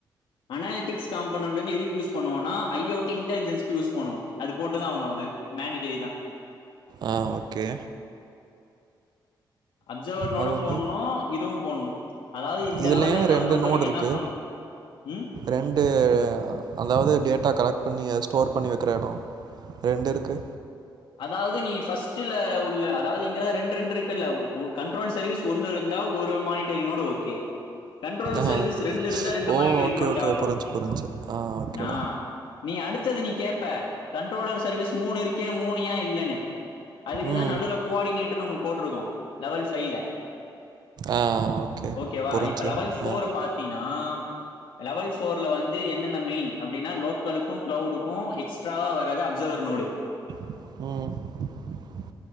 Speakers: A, on the left (about 75°); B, on the right (about 55°).
A: அனாலிட்டிக்ஸ் காம்போனன்ட்டு வந்து எதுக்கு யூஸ் பண்ணுவோனா ஐ ஓ டி இன்டேலிஜன்ஸ்க்கு யூஸ் பண்ணுவோ அது போட்டுதா ஆவணோ அது மேண்டிடரி தா
B: ஆ ஓகே
A: அப்சர்வர்னோடும்
B: அது வந்து
A: போடணும் இதுவும் போடணும் அதாவது இந்த
B: இதுலயு
A: லெவல்ல என்ன
B: ரெண்டு
A: பொறுத்த
B: நோட்ருக்கு
A: வரைக்கும் என்ன பண்ணும் ம்
B: ரெண்டு அதாவுது டேட்டா கலக் பண்ணி அது ஸ்டோர் பண்ணி வக்கிற எடோ ரெண்ருக்கு
A: அதாவ்து நீ ஃபஸ்ட்டுல உள்ள அதாவுது இங்கதா ரெண் ரெண்ருக்குல்ல உ உ கண்ட்ரோல் சர்வீஸ் ஒன்னுருந்தா ஒரு மானிட்டரிங்நோடு ஓக்கே கண்ட்ரோலு
B: ஆஹா.
A: சர்வீஸ் ரெண்டு இருந்த ரெண்டு
B: ஓ!
A: மானிட்டர்ங்நோடு
B: ஓகே, ஓகே.
A: தேவப்படு
B: புரிஞ்சுச்சு, புரிஞ்சுச்சு. ஆ, ஓகேடா.
A: நா நீ அடுத்தது நீ கேப் ப கண்ட்ரோலர் சர்வீஸ் மூணு இருக்கே மூனியா இல்லன்னு அதுக்கு
B: ம்.
A: தா நடுல கோஆர்டினேட்டர் ஒன்னு போட்ருக்கோம் லெவல் ஃபைவ்ல
B: ஆ, ஓகே.
A: ஓகேவா
B: புரிஞ்சுச்சு.
A: இப்ப லெவல் ஃபோர்
B: ஆ.
A: பாத்தீனா லெவல் ஃப் ஃபோர்ல வந்து என்னென்ன மெயின் அப்டின்னா லோக்கலுக்கு கிளவுடுக்கு எக்ஸ்ட்ராவா வராது அப்சர்வர் நோடு
B: <inaudible>